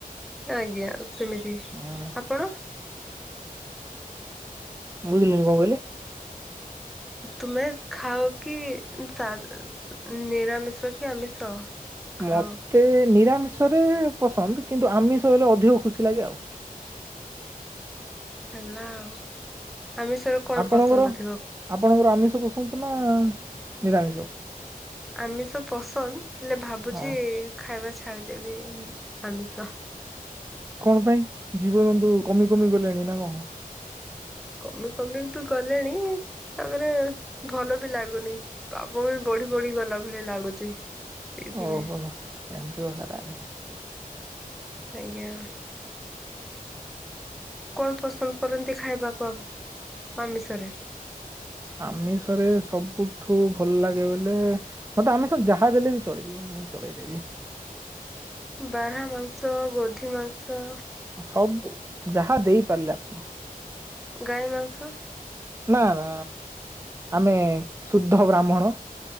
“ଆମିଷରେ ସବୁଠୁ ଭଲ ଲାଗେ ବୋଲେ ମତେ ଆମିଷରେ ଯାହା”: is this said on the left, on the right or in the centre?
Right